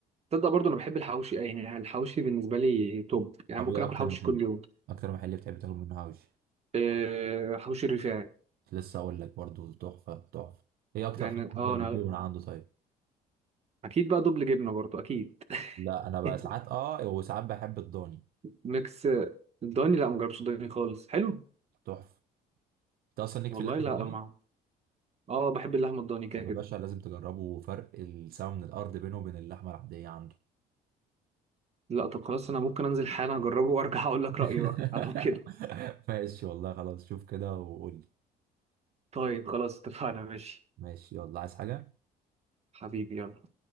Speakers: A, on the right (about 40°); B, on the right (about 65°).
A: تصدق برضه انا بحب الحواوشي أي يعني الحواوشي بالنسبة لي توب يعني
B: طب
A: ممكن
B: إيه
A: اكل
B: أكتر
A: حواوشي
B: محل
A: كل يوم
B: أكتر محل بتحب تاكل منه حواوشي
A: آه حواوشي الرفاعي
B: كنت لسه أقول لك برضه تحفة تحفة إيه أكتر
A: يعني
B: حاجة أفضل
A: اه انا
B: بتجيبه من عنده طيب؟
A: اكيد بقى دبل جبنة برضه اكيد <laughs>
B: لا أنا بقى ساعات أه وساعات بحب الضاني
A: ميكس الضاني لا ما جربتش الضاني خالص حلو
B: تحفة أنت أصلا ليك
A: والله
B: في اللحمة
A: لا
B: الضاني؟
A: ما اه بحب اللحمه الضاني كده
B: طب
A: كده
B: يا باشا لازم تجربوا فرق السما من الأرض بينه وبين اللحمة العادية عنده
A: لا طب خلاص انا ممكن انزل حالا اجربه وارجع اقول لك
B: <laughs>
A: رايي بقى <laughs> على كده
B: ماشي والله خلاص شوف كده وقول لي
A: طيب خلاص اتفقنا ماشي
B: ماشي يلا عايز حاجة
A: حبيبي يلا